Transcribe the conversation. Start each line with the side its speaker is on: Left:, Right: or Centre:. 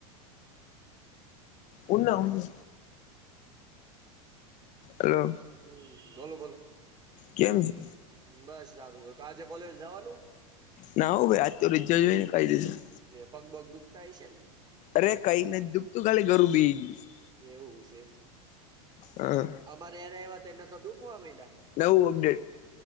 Left: ઉના ઉના હલો
Right: હમ બોલો બોલો
Left: કેમ છે?
Right: બસ સારું છે આજે કોલેજ જવાનું?
Left: ના હો ભાઈ આજ તો <unintelligible> કહી દીધું
Right: પગબગ દુખતા હયી સે ને
Left: અરે કઈ નથી દુઃખતું ખાલી ગરું બેહી ગયું છે
Right: એવું છે
Left: હા
Right: અમારે હારે આવ્યા એટલે તો દુખવા મંદયા
Left: નવું અપડેટ